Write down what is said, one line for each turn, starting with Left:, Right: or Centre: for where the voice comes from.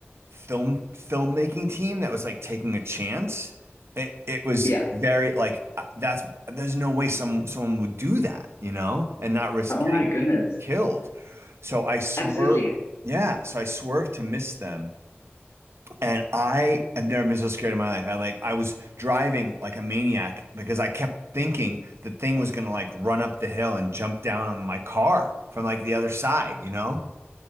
Right: film filmmaking team that was like taking a chance. It it was
Left: yeah.
Right: very like uh, that's there's no way some someone would do that, you know, and not risk
Left: Oh
Right: getting
Left: my goodness.
Right: killed. So I swerved.
Left: Absolutely.
Right: Yeah, so I swerved to miss them. And I have never been so scared in my life. I like I was driving like a maniac because I kept thinking the thing was gonna like run up the hill and jump down on my car from like the other side, you know?